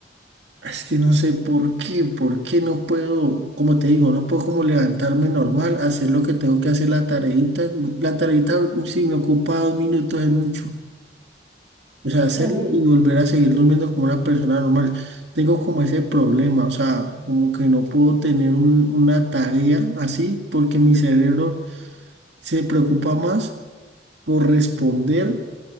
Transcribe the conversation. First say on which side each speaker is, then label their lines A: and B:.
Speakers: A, on the right (about 75°); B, on the right (about 25°).
A: Es que no sé por qué, por qué no puedo, como te digo, no puedo como levantarme normal, hacer lo que tengo que hacer, la tareita, la tareita si me ocupa dos minutos es mucho. O
B: <laughs>
A: sea, hacerlo
B: Por el-
A: y volver a seguir durmiendo como una persona normal. Tengo como ese problema, o sea, como que no puedo tener un- una tarea así porque mi cerebro se preocupa más por responder